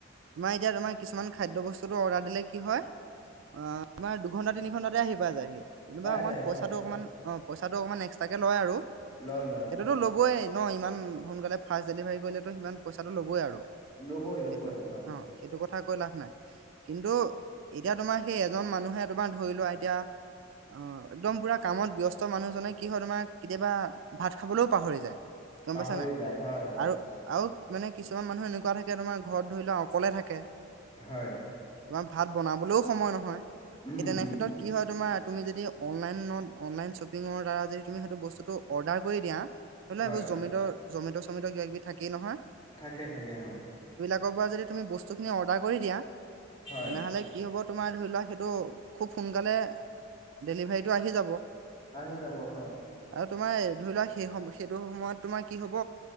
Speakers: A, on the right; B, on the left.
A: তুমাৰ এতিয়া তমাৰ কিছুমানাদয় বস্তু দিলে কি হয় অ তমাৰ দুঘন্টা তিনি ঘণ্টাতে আহি পা যায় সি যেনিবা
B: পাই
A: অকণমান
B: যায়
A: পইচাটো
B: হয়
A: অকণমান অ পইচাটো অকমান এক্সট্ৰাকে লয় আৰু
B: লয় লয়
A: সেইটোতো
B: হয়
A: ল'বই ন ইমান সোনকালে ফা্ট ডেলিভাৰী কৰিলেতো সিমান পইচাটো ল'বই আৰু
B: ল'ব হয় ল'ব
A: সেইটো
B: হয় হয়
A: অ সেইটো কথা লাভ নাই কিন্তু এতিয়া তোমাৰ সেই এজন মানুহে তোমাৰ ধৰি লোৱা এতিয়া অ একদম পুৰা কামত ব্যস্ত মানুহজনে কি হয় তোমাৰ কেতিয়াবা ভাত খাবলৈও পাহৰি যায় গম
B: পাহৰি
A: পাইছা নাই
B: যায় হয় হয়
A: আৰু আৰু মানে কিছুমান মানুহ এনেকুৱা থাকে তোম ঘৰত ধৰি লওক অকলে থাকে
B: হয়
A: তোমাৰ ভাত বনাবলৈও সময় নহয়
B: উম
A: সেই তেনেক্ষেত্ৰত
B: উম
A: কি হয় তোমাৰ তুমি যদি অনলাইনত অনলাইন শ্বপিঙৰ দ্বাৰা যদি তুমি সেইটো বস্তুটো অৰ্ডাৰ কৰি দিয়া হলে
B: হয়
A: এইবোৰ জমিতৰ জমিত চমিত কিবা কিবি থাকেইে নহয়
B: থাকে থাকে অ
A: আগৰ পৰা যদি তুমি বস্তু খিনি অৰদাৰ কৰিদিয়া
B: হয়
A: তেনেহলে হললে অকল তোমাৰ ধৰি লোৱা সেইটো খুব সোনকালে ডেলিভাৰীটো আহি যাব
B: আহি যাব হয়
A: আৰু তোমাৰ ধৰি লোৱা সেই সম সেইটো সময়ত তোমাৰ কি হব